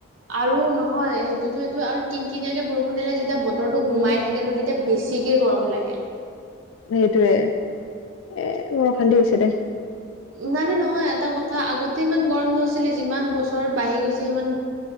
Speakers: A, on the right; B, on the left.
A: আৰু নহয় সেইটোতো এইটো আৰু কিন কিনিয়াকে বৰষুণ দিলে যেতিয়া বতৰো ঘোমাই থাকে ন তেতিয়া বেছিকৈ গৰম লাগে।
B: সেইটোয়ে এ বৰ অশান্তি হৈছে দে।
A: ইমানে নহয় এটা কথা আগতে ইমান গৰম নছিলে যিমান বছৰ বাঢ়ি গৈছে সিমান